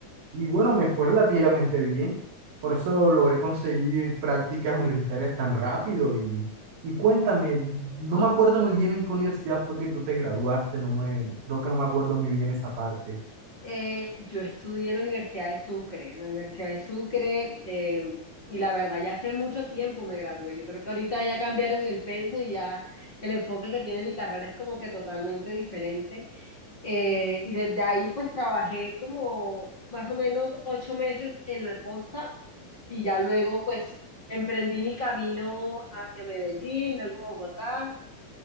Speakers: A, on the right; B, on the left.
A: Y bueno, me fue relativamente bien. Por eso logré conseguir prácticas universitarias tan rápido. Y, y cuéntame, no me acuerdo muy bien en qué universidad fue que tú te graduaste. No me, creo que no me acuerdo muy bien esa parte.
B: Eh, yo estudié en la Universidad de Sucre, en la Universidad de Sucre, eh, y la verdad ya hace mucho tiempo me gradué. Yo creo que ahorita ya cambiaron el pensum y ya el enfoque que tiene mi carrera es como que totalmente diferente. Eh, y desde ahí pues trabajé como más o menos ocho meses en la costa y ya luego pues emprendí mi camino hacia Medellín, luego Bogotá